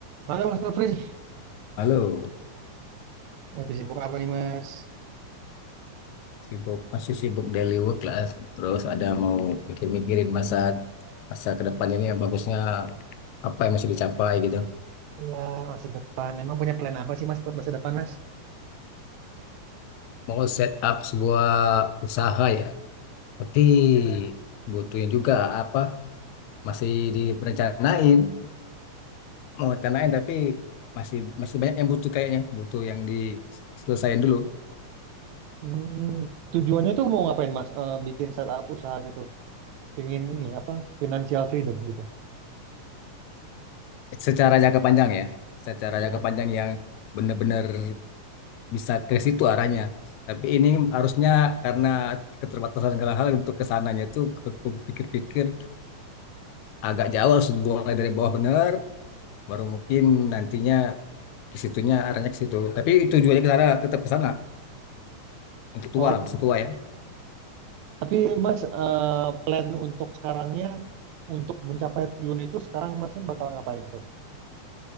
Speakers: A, on the right; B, on the left.
A: Halo Mas Nofri,
B: Halo,
A: lagi sibuk apa nih Mas?
B: sibuk masih sibuk daily work lah. Terus ada mau mikir-mikirin masa masa ke depan ini yang bagusnya apa yang masih dicapai gitu.
A: Ya, masa depan. Emang punya plan apa sih Mas buat masa depan Mas?
B: Mau set up sebuah usaha ya, tapi butuhin juga apa masih direncanain, mau rencanain tapi masih masih banyak yang butuh kayaknya, butuh yang diselesaikan dulu
A: Hmm, tujuannya tuh mau ngapain Mas? Eh, bikin startup usaha gitu, pingin ini apa? Financial freedom gitu.
B: secara jangka panjang ya, secara
A: Iya.
B: jangka panjang yang benar-benar bisa ke situ arahnya. Tapi ini harusnya karena keterbatasan segala hal untuk kesananya itu ke- ku pikir-pikir agak jauh harus mulai dari bawah benar, baru mungkin nantinya ke situnya arahnya ke situ. Tapi tujuannya ke sana tetap ke sana untuk tua
A: Oh,
B: lah, masa tua ya.
A: tapi Mas eh, plan untuk sekarangnya untuk mencapai tujuan itu sekarang Masnya bakal ngapain tuh?